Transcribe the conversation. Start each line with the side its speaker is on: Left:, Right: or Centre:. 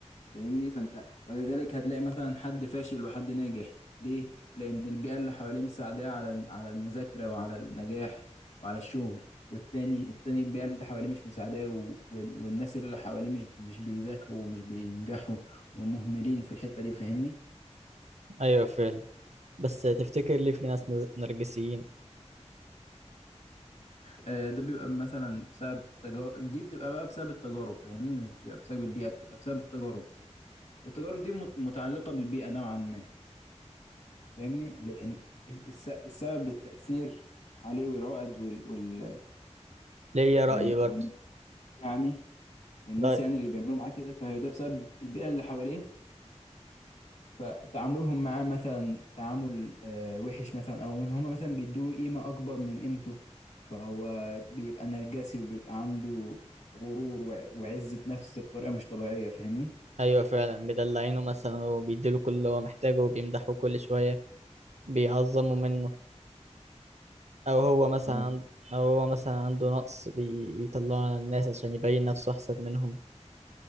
Left: فاهمني فانت ولذلك هتلاقي مثلا حد فاشل وحد ناجح ليه لان البيئه اللي حواليه مساعداه على على المذاكره وعلى النجاح وعلى الشغل والتاني التاني البيئه اللي حواليه مش مساعداه و... وال- والناس اللي حواليه مش مش بيذاكروا ومش بينجحوا ومهملين في الحته دي فاهمني
Right: أيوه فعلا بس تفتكر ليه في ناس نز- نرجسيين
Left: آه ده بيبقى مثلا بسبب تجارب دي بتبقى بقى بسبب التجارب فاهمني مش بتبقى بسبب البيئه بتبقى بسبب التجارب والتجارب دي مت- متعلقه بالبيئه نوعا ما فاهمني لان الس- السبب التأثير عليه والعقد وال وال
Right: ليا رأي
Left: وال
Right: برضه
Left: وال يعني والناس
Right: رأي
Left: يعني اللي بيعملوا معاه كده فهي ده بسبب البيئة اللي حواليه فتعاملهم معاه مثلا تعامل آه، وحش مثلا او ان هما مثلا بيدوا له قيمة اكبر من قيمته فهو بيبقى نرجسي وبيبقى عنده غرور وع- وعزة نفس بطريقة مش طبيعية فاهمني
Right: أيوه فعلا مدلعينه مثلا وبيديله كل اللي هو محتاجه وبيمدحوه كل شوية بيعظموا منه أو هو مثلا
Left: بز-
Right: عند- أو هو مثلا عنده نقص بي... بيطلعه على الناس عشان يبين نفسه أحسن منهم